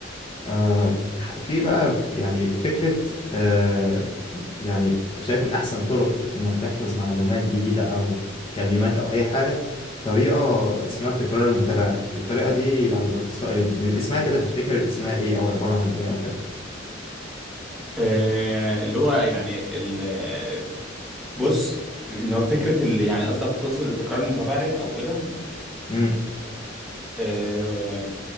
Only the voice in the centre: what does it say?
آه، اللي هو يعني ال... بص لو فكره اللي يعني قصدك تقصد التكرار المتباعد او كده
آه،